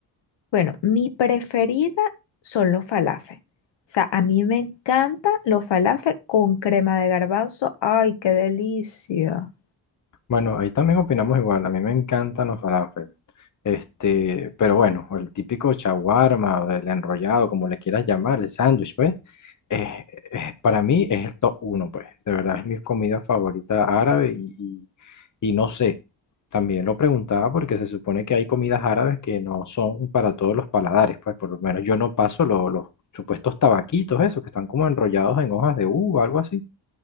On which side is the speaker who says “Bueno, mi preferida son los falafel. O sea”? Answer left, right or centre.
Left